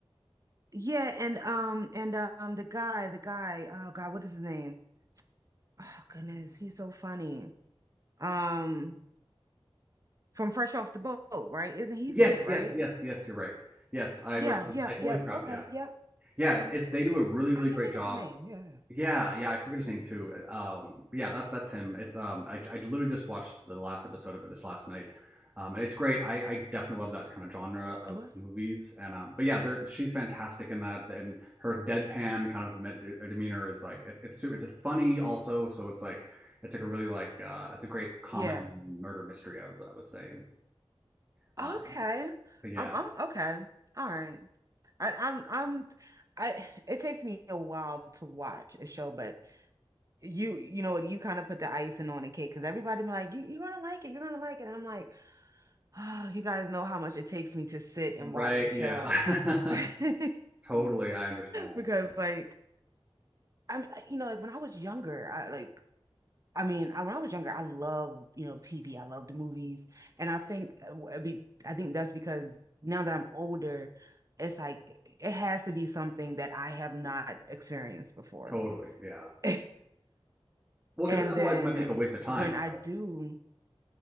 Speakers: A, on the right; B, on the right.
A: Yeah, and um and um the guy, the guy, oh God, what is his name? Oh goodness, he's so funny. Um from Fresh Off the Boat, right? Isn't he's
B: Yes,
A: in it, right?
B: yes, yes, yes, you're right. Yes, I
A: Yeah,
B: was I, was,
A: yeah,
B: I totally
A: yeah.
B: forgot.
A: Okay,
B: Yeah.
A: yeah.
B: Yeah, it's they do a really really
A: I can't
B: great
A: think
B: job
A: of his name. Yeah, yeah.
B: Yeah, yeah, I forget his name too. eh, Um, but yeah, that's that's him. It's um, I, I literally just watched the last episode of it just last night, um, and it's great. I, I definitely love that kind of genre of
A: it was.
B: movies, and um, but yeah, there she's fantastic in that, and her deadpan kind of med- uh, demeanor is like it, it's su- it's just funny also. So it's like it's like a really like uh, it's a great comedy
A: Yeah.
B: murder mystery. I, would- I would say. Um,
A: Okay.
B: but yeah,
A: I'm I'm okay. All right. I I'm I'm I it takes me a while to watch a show, but you you know what you kind of put the icing on the cake because everybody be like, you you're gonna like it, you're gonna like it. And I'm like, oh, you guys know how much it takes me to sit and
B: right,
A: watch a show.
B: yeah,
A: <laughs>
B: <laughs> totally. I understand.
A: Because
B: Right,
A: like I'm you know, like when I was younger, I like I mean, I, when I was younger, I loved, you know, TV. I loved the movies. And I think uh, w- be, I think that's because now that I'm older, it's like it it has to be something that I have not experienced before.
B: totally. Yeah.
A: <laughs>
B: Well,
A: And
B: because otherwise
A: then
B: it might be like a waste of time,
A: when
B: you
A: I
B: know.
A: do,